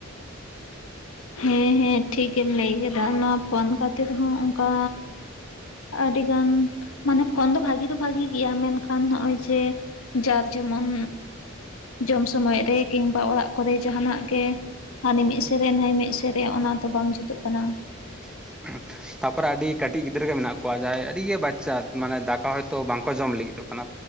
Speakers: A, on the left; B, in the centre.
A: ᱦᱮᱸ ᱦᱮᱸ ᱴᱷᱤᱠ ᱮᱢ ᱞᱟᱹᱭ ᱠᱮᱫᱟ, ᱚᱱᱟ ᱯᱷᱳᱱ ᱠᱷᱟᱛᱤᱨ ᱦᱚᱸ ᱚᱝᱠᱟ ᱟᱹᱰᱤ ᱜᱟᱱ ᱢᱟᱱᱮ ᱯᱷᱳᱱ ᱫᱚ ᱵᱷᱟᱜᱮ ᱫᱚ ᱵᱷᱟᱜᱤ ᱜᱮᱭᱟ ᱢᱮᱱᱠᱷᱟᱱ ᱱᱚᱜᱼᱚᱭ ᱡᱮ ᱡᱟᱨ ᱡᱮᱢᱚᱱ, ᱡᱚᱢ ᱥᱚᱢᱚᱭ ᱨᱮ ᱠᱤᱱᱵᱟ ᱚᱲᱟᱜ ᱠᱚᱨᱮ ᱡᱟᱦᱟᱸᱱᱟᱜ ᱜᱮ, ᱦᱟᱱᱤ ᱢᱤᱫ ᱥᱮᱫ ᱨᱮ ᱱᱟᱹᱭ ᱢᱤᱫ ᱥᱮᱫ ᱨᱮ ᱚᱱᱟ ᱫᱚ ᱵᱟᱝ ᱡᱩᱛᱩᱜ ᱠᱟᱱᱟ᱾
B: <inaudible> ᱛᱟᱨᱯᱚᱨᱮ ᱟᱹᱰᱤ ᱠᱟᱹᱴᱤᱡ ᱜᱤᱫᱽᱨᱟᱹ ᱜᱮ ᱢᱮᱱᱟᱜ ᱠᱚᱣᱟ, ᱡᱟᱦᱟᱸᱭ ᱟᱹᱰᱤ ᱜᱮ ᱵᱟᱪᱪᱟᱜ ᱢᱟᱱᱮ ᱫᱟᱠᱟ ᱦᱚᱭᱛᱳ ᱵᱟᱝ ᱠᱚ ᱡᱚᱢ ᱞᱟᱹᱜᱤᱫᱚᱜ ᱠᱟᱱᱟ,